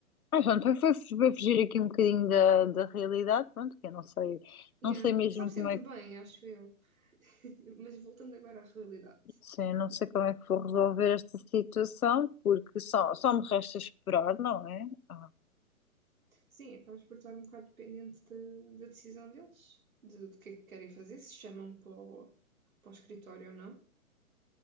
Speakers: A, on the left (about 80°); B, on the right (about 70°).
A: Ah, pronto, foi, foi, foi fugir aqui um bocadinho da, da realidade, pronto, que eu não sei,
B: Yeah.
A: não sei mesmo
B: Sabe sempre
A: como é que,
B: bem, acho eu. <laughs> Mas voltando agora à realidade.
A: sim, não sei como é que vou resolver esta situação, porque só, só me resta esperar, não é? Ah,
B: Sim, acabas por estar um bocado dependente da, da decisão deles, de, do que é que querem fazer, se chamam para o, para o escritório ou não.